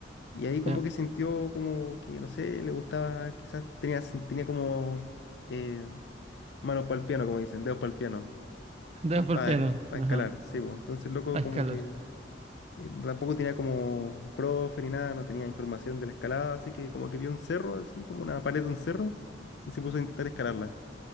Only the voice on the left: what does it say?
Y ahí como
que sintió como que, no sé, le gustaba, quizás tenía, sen- tenía como eh, manos para el piano, como dicen, dedos para el piano,
para
escalar,
sí, pues. Entonces, loco,
como
que eh, Tampoco tenía como profe ni nada, no tenía información de la escalada, así que como que vio un cerro, así como una pared de un cerro, y se puso a intentar escalarla.